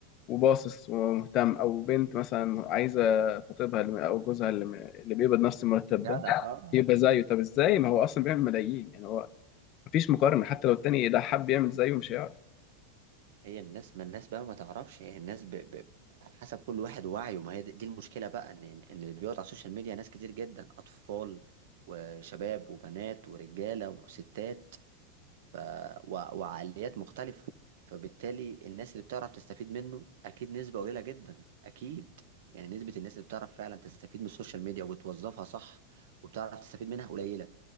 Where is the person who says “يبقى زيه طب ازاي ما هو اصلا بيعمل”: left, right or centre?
Left